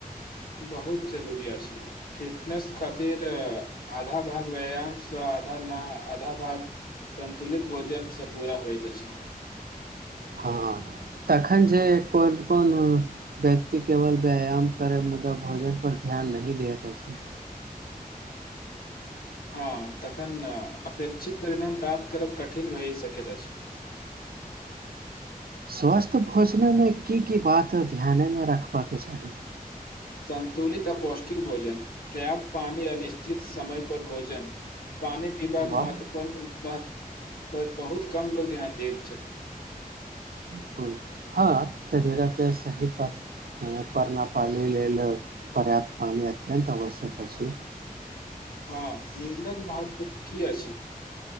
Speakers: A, on the left; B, on the right.
A: बहुत जरूरी अछि फिटनेस खातिर आधा भाग व्यायामसँ आधा न आधा भाग सन्तुलित भोजनसँ पूरा होइत अछि
B: हँ तखन जे कोन कोन व्यक्ति केवल व्यायाम करै मुदा भोजन पर ध्यान नहि लेयैत अछि
A: हँ तखन अपेक्षित परिणाम प्राप्त करब कठिन भए सकैत अछि
B: स्वस्थ भोजनमे की की बात ध्यानमे रखबाकके चाही
A: सन्तुलित आ पौष्टिक भोजन पर्याप्त पानी अनिश्चित समय पर भोजन पानी पिबाक
B: वाह
A: महत्व प पन पर बहुत कम लोक ध्यान दैत छथिन
B: बिलकुल हँ शरीरक सही परण पानी लेल पर्याप्त पानि अत्यन्त आवश्यक अछि
A: हँ निन्दक महत्व की अछि